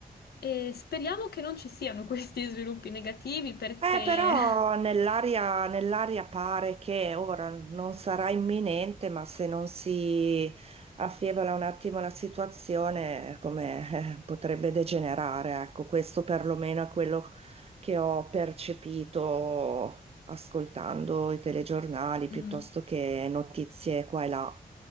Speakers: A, on the left (about 90°); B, on the right (about 40°).
A: E speriamo che non ci siano questi sviluppi negativi perché...
B: Eh, però
A: <laughs>
B: nell'aria nell'aria pare che ora non sarà imminente, ma se non si affievola un attimo la situazione, eh, come eh, potrebbe degenerare, ecco, questo perlomeno è quello che ho percepito ascoltando i telegiornali
A: Mm.
B: piuttosto che notizie qua e là.